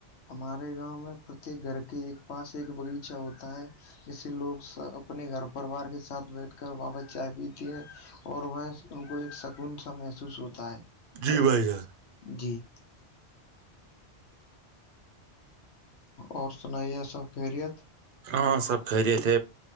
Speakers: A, on the left (about 70°); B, on the right (about 60°).
A: ہمارے گاؤں میں پرتیک گھر کے ایک پاس ایک باغیچہ ہوتا ہے جیسے لوگ سب اپنے گھر پرریوار کے ساتھ بیٹھ کر وہاں چائے پیتی ہے اور وہ ان کو ایک سکون سا محسوس ہوتا ہے
B: جی بھائی جان
A: جی اور سنائیے سب خیریت
B: ہاں سب خیرت